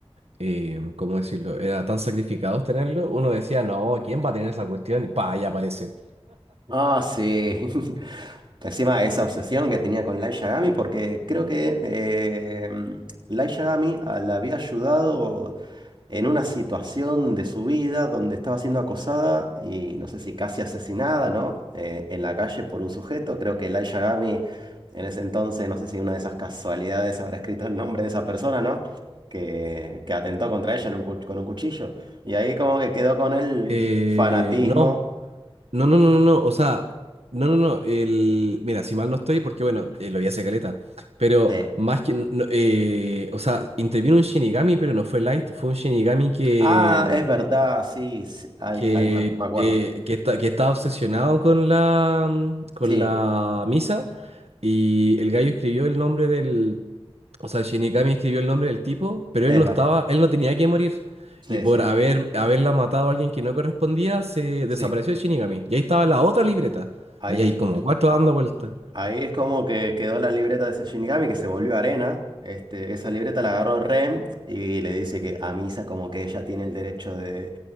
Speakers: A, on the right; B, on the right.
A: eh, ¿cómo decirlo? Era tan sacrificados tenerlo. Uno decía, no, ¿quién va a tener esa cuestión? Y pa, ya aparece.
B: Ah, sí. <laughs> Encima esa obsesión que tenía con Light Yagami, porque creo que eh, Light Yagami ah, la había ayudado en una situación de su vida donde estaba siendo acosada y no sé si casi asesinada, ¿no? Eh, en la calle por un sujeto. Creo que Light Yagami en ese entonces, no sé si una de esas casualidades habrá escrito el nombre de esa persona, ¿no? Que, que atentó contra ella en un cu- con un cuchillo. Y ahí como que quedó con el
A: Eh,
B: fanatismo.
A: no, no, no, no, no, no, o sea, no, no, no, el, mira, si mal no estoy, porque bueno, eh, lo vi hace caleta, pero
B: Sí,
A: más que, no, eh, o sea, intervino un Shinigami, pero no fue Light, fue un Shinigami que
B: Ah, es verdad, sí, sí, ahí,
A: que,
B: ahí me, me acuerdo.
A: eh, que está, que estaba obsesionado con la, mm, con
B: Sí,
A: la misa y el gallo escribió el nombre del, o sea, Shinigami escribió el nombre del tipo, pero
B: es
A: él no
B: verdad.
A: estaba, él no tenía que morir.
B: Sí,
A: Y por
B: sí,
A: haber, haberla matado a alguien que no correspondía, se desapareció
B: sí.
A: el Shinigami. Y ahí estaba la otra libreta.
B: Ahí
A: Allá
B: es,
A: hay como cuatro
B: a-
A: dando vueltas.
B: ahí es como que quedó la libreta de ese Shinigami que se volvió arena. Este, esa libreta la agarró Ren y le dice que a Misa como que ella tiene el derecho de,